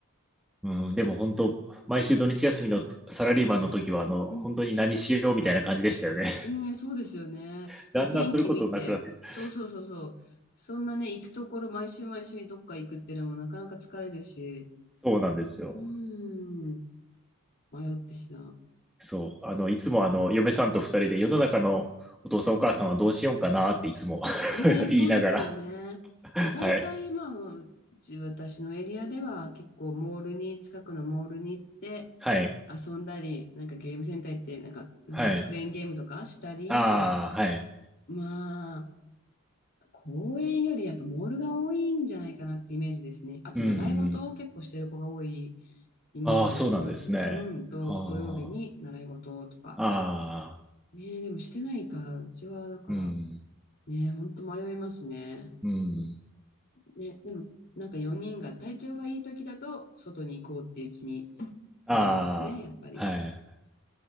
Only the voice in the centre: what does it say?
うん。でも本当、毎週土日休みのサラリーマンの時は、あの、本当に何しようみたいな感じでしたよね。
<laughs> だんだんすることなくなってくる。
そうなんですよ。
そう、あの、いつもあの、嫁さんと二人で世の中のお父さんお母さんはどうしようかなっていつも
<laughs>
言いながら <laughs>
はい、
はい、
はい、ああ、はい、
うん、
ああ、そうなんですね。
ああ、ああ、
うん、
うん、
ああ、
はい。